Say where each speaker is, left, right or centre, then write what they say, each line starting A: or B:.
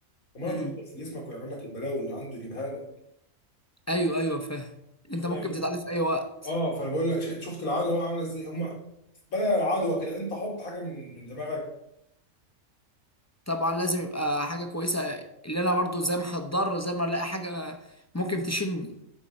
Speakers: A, on the left (about 80°); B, on the left (about 25°).
A: المرض
B: امم
A: يدخل في جسمك ويعمل لك البلاوي اللي عنده يجيبها لك
B: ايوه ايوه فاهم انت
A: فاهم
B: ممكن
A: إيه؟
B: تتعلم في اي وقت
A: اه فانا بقول لك شفت شفت العدوى بقى عامله ازاي هم بدل العدوى كده انت حط حاجه من من دماغك
B: طبعا لازم يبقى حاجه كويسه اللي انا برضو زي ما هتضر زي ما الاقي حاجه ممكن تشيلني